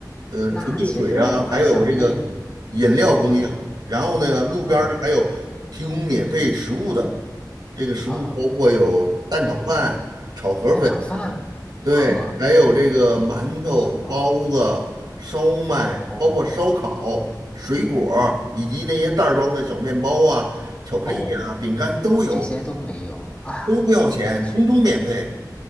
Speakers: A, on the right; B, on the left.
A: 呃纯净水啊，
B: 那其实我还想问你，
A: 还有这个饮料供应，
B: 对，
A: 然后那个路边儿的还有提供免费食物的，
B: 嗯
A: 这个食物包括有蛋炒饭、
B: 啊嗯，
A: 炒河粉，
B: 蛋炒饭，
A: 对，
B: 呵，
A: 还有这个馒头、
B: 这真不错，
A: 包子、烧麦，
B: 哦哦
A: 包括烧烤、水果儿以及那些袋儿装的小面包啊、巧克力啊、
B: 哦，
A: 饼干都有，
B: 这些都没有啊，
A: 都不要钱，
B: 那确
A: 通通免费。